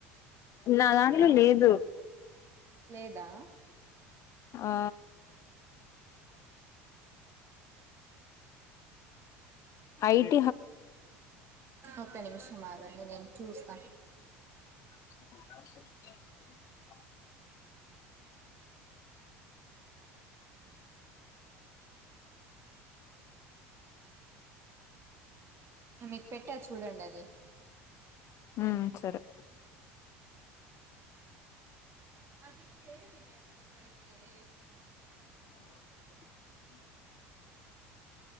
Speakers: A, on the left; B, on the right.
A: నా దాంట్ల
B: ఆ!
A: లేదు
B: లేదా?
A: ఆ ఐట్
B: ఒక నిమిషం ఆగండి నేన్ చూస్త
A: స <unintelligible>
B: ఇగ మీకు పెట్టా చూడండి అది
A: ఉమ్ సరే
B: అది <unintelligible> పైస్ డే
A: అ <unintelligible>